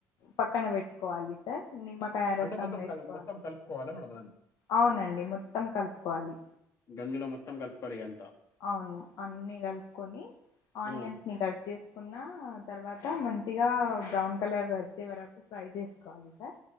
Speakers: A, on the left (about 65°); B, on the left (about 45°).
A: పక్కన పెట్టుకోవాలి సార్ నిమ్మకాయ రసం
B: అంటే మొత్తం
A: ఏసుకోవాలి
B: కల్ మొత్తం కలుపుకోవాలా మేడం దాన్ని?
A: అవునండి మొత్తం కలుపుకోవాలి
B: గంజిలో మొత్తం కలుపుకోవాలి ఇగ అంతా
A: అవును అన్నీ కలుపుకొని ఆనియన్స్
B: హ్మ్.
A: ని కట్ చేసుకున్న తర్వాత మంచిగా బ్రౌన్ కలర్ వచ్చే వరకు ఫ్రై చేసుకోవాలి సార్